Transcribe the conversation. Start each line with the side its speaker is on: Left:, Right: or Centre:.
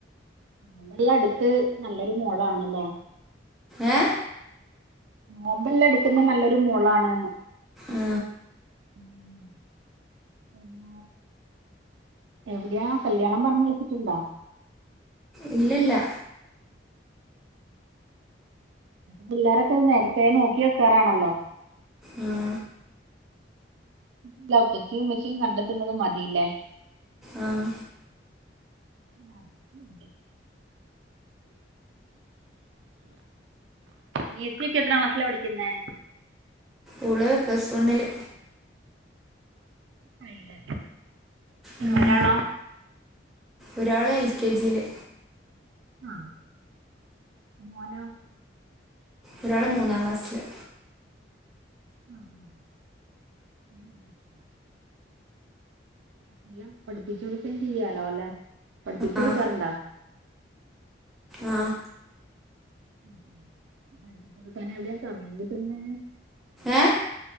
Right: നോമ്പെല്ലാട്ത്ത് നല്ലൊരു മോളാണല്ലേ
Centre: ഏ
Right: നോമ്പെല്ലാട്ക്കുന്ന നല്ലൊരു മോളാണ്ന്ന്
Centre: ആ
Right: ഉംഹ് പിന്ന എവിടെയാ കല്യാണം പറഞ്ഞ് വെച്ചിട്ടുണ്ടാ
Centre: ഇല്ലല്ല
Right: പിള്ളേരൊക്കെ അത് നേരത്തെ നോക്കി വെക്കാറാണ് ആണോ
Centre: ആ
Right: ല്ല ഉപ്പച്ചി ഉമ്മച്ചിം കണ്ടെത്തുന്നത് മതില്ലേ
Centre: ആ
Right: അത് മതി അനിയത്തിക്കെ എത്രാം ക്ലാസ്സിലാ പഠിക്കുന്നേ
Centre: ഓള് പ്ലസ് വണ്ണില്
Right: ആയില്ലേ
Centre: ഉം
Right: ഒരാളോ
Centre: ഒരാള് എൽ കെ ജി ല്
Right: ആ മോനോ?
Centre: ഒരാള് മൂന്നാം ക്ലാസ്സില്
Right: ആ ഉം ഉം ഉം എല്ലാം പഠിപ്പിച്ചു കൊടുക്കേം ചെയ്യാലോല്ലെ പഠിപ്പിച്ചൊടുക്കാറുണ്ടോ
Centre: ആ ആ
Right: ഉം ഉം പഠിപ്പിച്ചൊടുക്കാനെവിടെയാ സമയം കിട്ടുന്നെ
Centre: ഏ